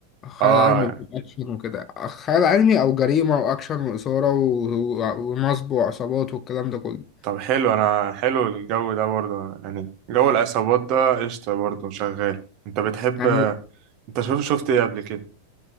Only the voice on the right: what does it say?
اه
طب حلو انا حلو الجو ده برضه يعني جو العصابات ده قشطة برضه شغال انت بتحب
انت شوف شفت ايه قبل كده